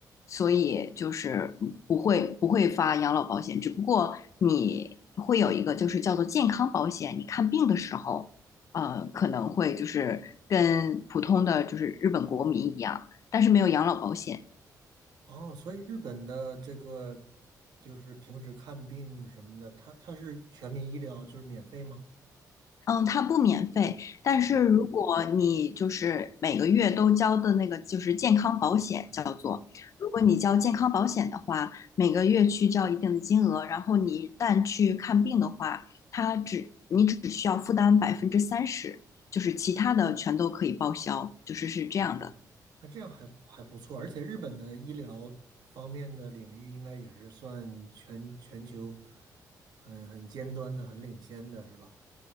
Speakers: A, on the left (about 50°); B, on the right (about 75°).
A: 所以就是不会不会发养老保险，只不过你会有一个就是叫做健康保险，你看病的时候，呃，可能会就是跟普通的就是日本国民一样，但是没有养老保险。
B: 哦，所以日本的这个就是平时看病什么的，它它是全民医疗，就是免费吗？
A: 嗯，它不免费，但是如果你就是每个月都交的那个就是健康保险叫做，
B: 哦，嗯，
A: 如果你交健康保险的话，每个月去交一定的金额，然后你一旦去看病的话，它只你只需要负担百分之三十，就是其他的全都可以报销，就是是这样的。
B: 哦，那这样还还不错，而且日本的医疗方面的领域应该也是算全全球很很尖端的、很领先的，是吧？